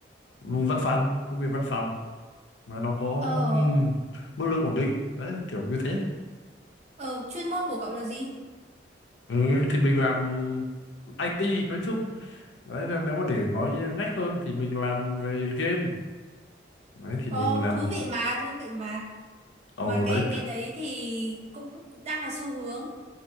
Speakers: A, on the left; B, on the right.
A: văn phòng, công việc văn phòng mà nó có
B: Ờ,
A: ừm, mức lương ổn định. Đấy, kiểu như thế.
B: ờ, chuyên môn của cậu là gì?
A: Ừ, thì mình làm IT nói chung đấy nên nếu mà để nói ngách hơn thì mình làm về game đấy thì
B: Ờ,
A: mình làm
B: thú vị mà, thú vị mà.
A: ồ
B: Mà cái
A: đấy
B: cái đấy thì cũng đang là xu hướng.